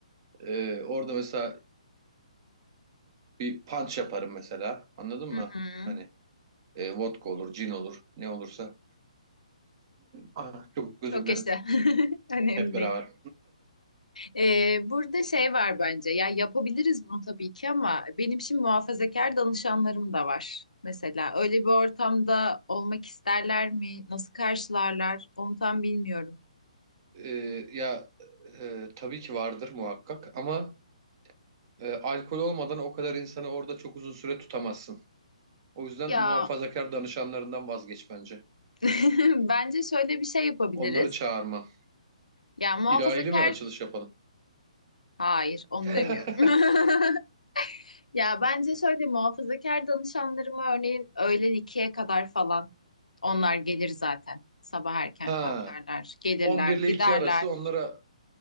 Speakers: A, on the right (about 40°); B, on the left (about 85°).
A: E, orada mesela bir punch yaparım mesela. Anladın mı?
B: Hı hı.
A: Hani e, vodka olur, cin olur, ne olursa. Ah, çok özür
B: Çok
A: dilerim.
B: yaşa. <laughs> Önemli
A: Hep beraber.
B: değil. Ee, burada şey var bence. Ya yapabiliriz bunu tabii ki ama benim şimdi muhafazakar danışanlarım da var. Mesela öyle bir ortamda olmak isterler mi? Nasıl karşılarlar? Onu tam bilmiyorum.
A: E, ya e, tabii ki vardır muhakkak ama e, alkol olmadan o kadar insanı orada çok uzun süre tutamazsın. O yüzden
B: Ya
A: muhafazakar danışanlarından vazgeç bence.
B: <laughs> bence şöyle bir şey yapabiliriz.
A: Onları çağırma.
B: Ya muhafazakar
A: İlahili mi açılış yapalım?
B: hayır onu
A: <laughs>
B: demiyorum. <laughs> Ya bence şöyle muhafazakar danışanlarıma örneğin öğlen ikiye kadar falan onlar gelir zaten. Sabah erken
A: Ha,
B: kalkarlar, gelirler,
A: 11
B: giderler.
A: ile 2 arası onlara